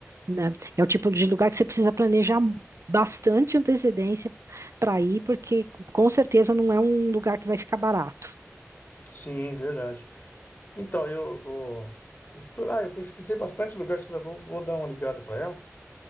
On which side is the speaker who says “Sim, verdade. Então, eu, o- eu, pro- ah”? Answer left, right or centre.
Left